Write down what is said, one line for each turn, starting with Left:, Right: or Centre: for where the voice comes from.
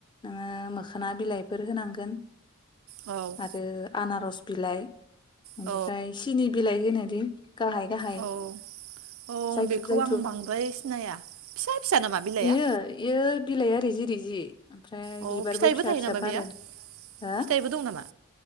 Left: आङो मोखोना बिलाइफोर होनांगोन
Right: औ
Left: आरो आनारस बिलाय बेनिफ्राय
Right: औ
Left: सिनि बिलाइ होनो <unintelligible> गाहाय गाहाय
Right: औ औ
Left: जायथुब
Right: बेखौ
Left: जायथुब
Right: आं बांद्राय सिनाया फिसा फिसा नामा बिलाइआ
Left: इयो इयो बिलाइआ‌‌ रिजि रिजि ओमफ्राय ओमफ्राय
Right: अ
Left: बिबारबो
Right: फिथाइबो
Left: फिसा
Right: थायो
Left: फिसा
Right: नामा
Left: बारो
Right: बेयो
Left: हो
Right: फिथाइबो दं नामा